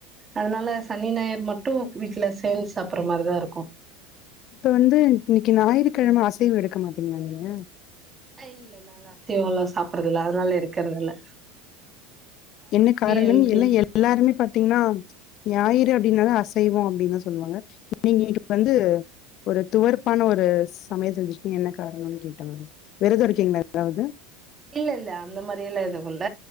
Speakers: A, on the right; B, on the left.
A: அதனால சனி ஞாயிறு மட் டு வீட்ல சேந்து சாப்டுற மாரிதா இருக்கு
B: இப்ப வந்து இன்னைக்கி ஞாயிறுக்கெழம அசைவு எடுக்க மாட்டீங்களா நீங்க
A: அ இல்ல நாங்க அசைவ எல்லா சாப்றது இல்ல அதனால எடுக்கிறதுல
B: என்ன காரணம்
A: ஹெல்தி
B: எல்ல எல் எல்லாருமே பாத்தீங்னா ஞாயிறு அப்டினாதா அசைவோ அப்டினு தா சொல்லுவாங்க நீங்க கு வந்து ஒரு துவர்பான ஒரு சமையல் செஞ்சுருக்கீங்க என்ன காரணம்னு கேட்டேன் மேம் வெரதோ இருக்கீங்களா ஏதாவது
A: இல்ல இல்ல அந்த மாரியெல்லா எதுவு இல்ல